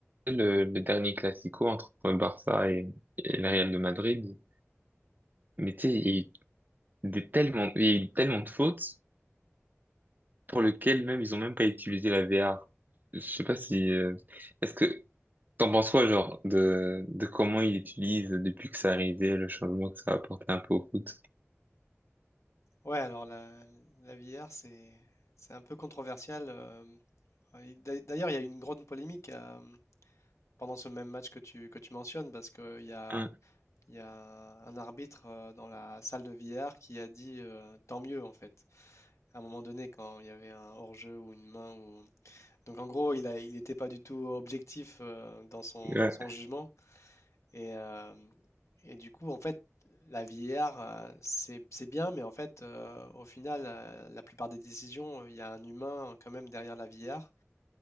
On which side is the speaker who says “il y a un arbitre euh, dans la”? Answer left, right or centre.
Left